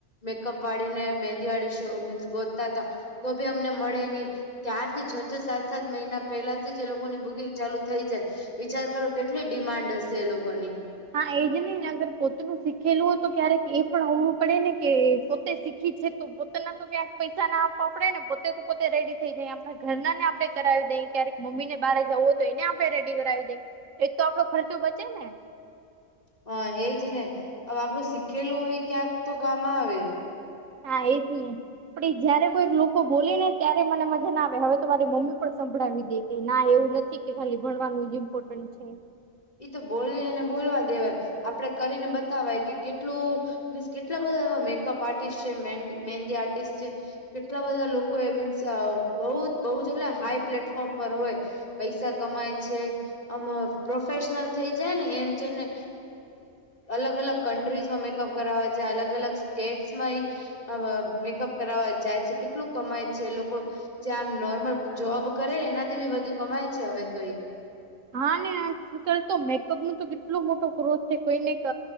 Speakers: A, on the left (about 30°); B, on the right (about 90°).
A: મેકઅપ વાળી ને મેંદી વાળી શો મીન્સ ગોતતા તા તો ભી અમને મળે ની ત્યાર થી છ છ સાત સાત મહિના પહેલાથી જ એ લોકોની બુકિંગ ચાલુ થઈ જાય. વિચાર કરો, કેટલી ડિમાન્ડ હશે એ લોકોની.
B: હા એ જ ને અગર પોતનું શીખેલું હોય તો ક્યારેક એ પણ અવડું પડે ને કે પોતે શીખી છે તો ક્યાંક પૈસા ના આપવા પડેને પોતે તો પોતે રેડી થઈ જાઈ આપણા ઘરના ને આપડે કરાવી દઈ ક્યારેક મમ્મી ને બારે જાવું હોય તો એને આપડે રેડી કરાવી દઈ એ તો આપડો ખર્ચો બચેને.
A: હા એજ ને, હવે આપડું શીખેલું હોય ક્યાંક તો કામ આવે.
B: હા, એજ ને. પણ જયારે કોઈક લોકો બોલેને ત્યારે મને મજા ના આવે હવે તો મારી મમ્મી પણ સંભળાવી દે કે ના એવું નથી કે ખાલી ભણવાનું જ ઇમ્પોર્ટન્ટ છે.
A: એ તો બોલે ને બોલવા દેવાય આપડે કરીને બતાવાય કે કેટલું. મીન્સ કેટલા બધા એવા મેકઅપ આર્ટિસ્ટ છે મહેંદી આર્ટિસ્ટ છે. કેટલા બધા લોકો એ મીન્સ બહ બહજ એટલે હાઈ પ્લેટફોર્મ પર હોય. પૈસા કમાય છે આમ પ્રોફેશનલ થઈ જાય ને એમ છે ને. અલગ અલગ કન્ટ્રીઝમાં મેકઅપ કરાવ જાય અલગ અલગ સ્ટેટ્સમાં. આ મેકઅપ કરાવવા જાય છે કેટલું કમાય છે એ લોકો. જે આમ નોર્મલ જોબ કરે ને એનાથી બી વધધુ કમાય છે હવે તો એ.
B: હા ને આજલ તો મેકઅપ ન તો કેટલો મોટો ગ્રોથ છે કોઈને.